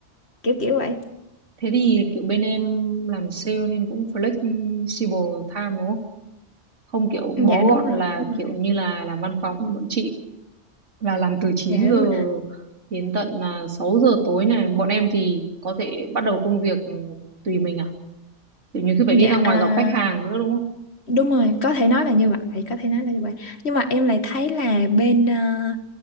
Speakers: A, on the left; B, on the right.
A: kiểu kiểu vậy
B: Thế thì kiểu bên em làm sale nên cũng flexible time đúng không? Không kiểu bó
A: dạ đúng
B: gọn
A: rồi
B: là
A: đúng
B: kiểu
A: rồi
B: như là làm văn phòng như bọn chị là làm từ chín
A: dạ
B: giờ
A: đúng rồi
B: đến tận à, 6 giờ tối này. Bọn em thì có thể bắt đầu công việc tùy mình Thì nhiều khi phải
A: dạ
B: đi ra ngoài
A: à,
B: gặp khách hàng nữa đúng không?
A: đúng rồi có thể nói là như vậy có thể nói là như vậy nhưng mà em lại thấy là bên ờ,